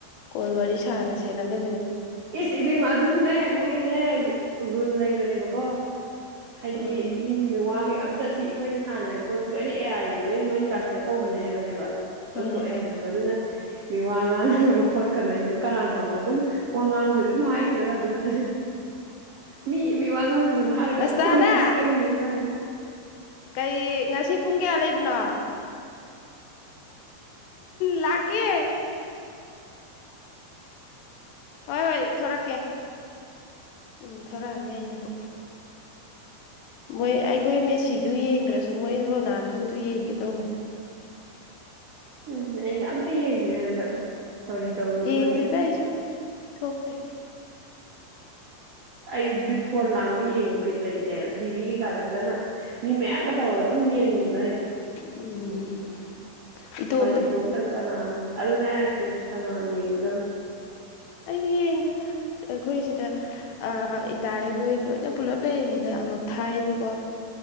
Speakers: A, on the left; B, on the right.
A: ꯀꯣꯜ ꯋꯥꯔꯤ ꯁꯥꯟꯅ ꯁꯦꯅꯕꯗ
B: ꯏꯁ ꯏꯕꯦꯝꯃ ꯑꯗꯨꯁꯨꯅꯦ ꯃꯣꯏꯒꯤꯅꯦ ꯔꯨꯜ ꯂꯩꯕꯅꯦꯕꯀꯣ ꯍꯥꯏꯗꯤ
A: ꯎꯝ
B: ꯃꯤꯒꯤ ꯃꯤꯋꯥꯒꯩ ꯑꯝ ꯠꯇ ꯁꯤ ꯑꯩꯈꯣꯏꯅ ꯁꯥꯟꯅꯔꯤꯕ ꯄꯣꯠꯁꯤ ꯂꯣꯏꯅ ꯑꯦ ꯑꯥꯏꯗ ꯂꯣꯏꯅ ꯃꯣꯏ ꯇ꯭ꯔꯥꯟꯁꯂꯦꯠ ꯇꯧꯕꯅꯦ ꯍꯥꯏꯕꯅꯦꯕ
A: ꯍꯣꯏꯅꯦ
B: ꯂꯧꯊꯣꯛꯑꯦ ꯍꯥꯏꯕꯅꯦꯕ ꯑꯗꯨꯅ ꯃꯤꯋꯥ ꯉꯥ ꯡ ꯁꯨꯔꯨ ꯈꯣꯠꯀꯅꯣꯏꯅ ꯀꯅꯥꯅ ꯈꯪꯕ ꯑꯗꯨꯝ ꯋꯥ ꯉꯥꯡꯃꯤ ꯑꯗꯨꯝ ꯍꯥꯏꯈꯤꯗ꯭ꯔꯥ ꯑꯗꯨꯒꯅꯦ ꯃꯤ ꯃꯤ ꯋꯥ ꯉꯥꯡꯗꯒꯅ ꯍꯥꯏꯔꯒ
A: ꯃꯁꯇꯥꯅ
B: ꯑꯗꯨꯝ ꯍꯥꯏꯔꯛꯏꯁꯤ ꯀꯩꯅꯣ ꯀꯥꯏꯅ <unintelligible>
A: ꯀꯩ ꯉꯁꯤ ꯄꯨꯡ ꯀꯌꯥ ꯂꯩꯕꯅꯣ ꯂꯒꯦ ꯍꯣꯏ ꯍꯣꯏ ꯊꯣꯔꯛꯀꯦ ꯎꯝ ꯊꯣꯔꯛꯑꯅꯤ ꯑꯩꯅꯕꯨ ꯃꯣꯏ ꯑꯩꯈꯣꯏ ꯃꯦꯁꯤꯗꯨ ꯌꯦꯡꯗ꯭ꯔꯁꯨ ꯃꯣꯏ ꯔꯣꯅꯥꯜꯗꯣꯗꯨ ꯌꯦꯡꯒꯦ ꯇꯧꯔꯦ
B: ꯎꯝ ꯑꯩꯅ ꯑꯝꯇ ꯌꯦꯡꯗꯦ ꯍꯟꯗꯛ ꯀꯔꯤ ꯇꯧꯗꯣ
A: ꯌꯦꯡꯗꯦꯗ
B: ꯃꯣꯏꯅꯣ
A: ꯑꯩꯁꯨ ꯊꯣꯛꯇꯦ
B: ꯑꯩ ꯐꯣꯟ ꯂꯥꯡꯗ ꯌꯦꯡꯕ ꯕꯤꯠ ꯂꯩꯇꯦꯕ ꯇꯤꯚꯤ ꯀꯩꯀꯥꯗ ꯐꯖꯅ ꯃꯤ ꯃꯌꯥꯝꯒ ꯇꯧꯔꯒ ꯑꯗꯨꯝ ꯌꯦꯡꯨꯕ
A: ꯎꯝ ꯏꯇ
B: ꯏꯇꯣꯦꯀ ꯅꯅ ꯑꯗꯨ ꯅꯁꯦ ꯀꯅꯥꯅ ꯌꯦꯡꯉꯨꯗꯨ
A: ꯑꯩꯁꯨ ꯌꯦꯡꯗꯦꯗ ꯑꯩꯈꯣꯏꯁꯤꯗ ꯏꯇꯥ ꯑꯩꯈꯣꯏ ꯂꯣꯏꯅ ꯄꯨꯂꯞ ꯂꯩꯔꯤꯉꯩꯗ ꯑꯃꯨꯛ ꯊꯥꯏꯌꯦꯕꯀꯣ